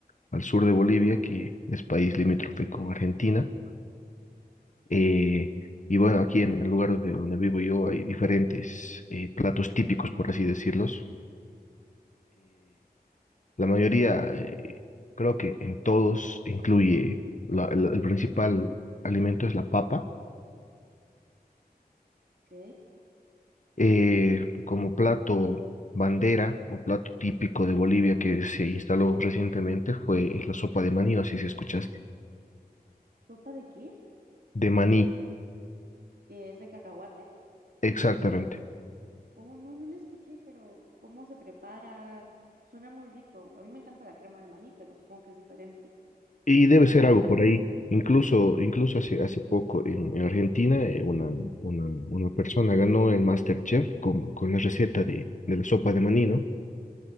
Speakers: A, on the left; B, on the right.
A: al sur de Bolivia, que es país limítrofe con Argentina, eh, y bueno, aquí en el lugar donde, donde vivo yo hay diferentes eh, platos típicos, por así decirlos. La mayoría, eh, creo que en todos incluye la- el, el principal alimento es la papa,
B: Ok.
A: eh, como plato bandera o plato típico de Bolivia que se instaló recientemente fue la sopa de maní, no sé si escuchaste,
B: ¿Sopa de qué?
A: de maní,
B: ¿Que es de cacahuate?
A: exactamente.
B: Oh, no, no la escuché, pero ¿cómo se prepara? Suena muy rico. A mí me encanta la crema de maní, pero supongo que es diferente.
A: Y
B: ¿Es
A: debe
B: salada
A: ser algo
B: o dulce?
A: por ahí. Incluso, incluso hace, hace poco en, en Argentina eh, una, una, una persona ganó el MasterChef con, con la receta de, de la sopa de maní, ¿no?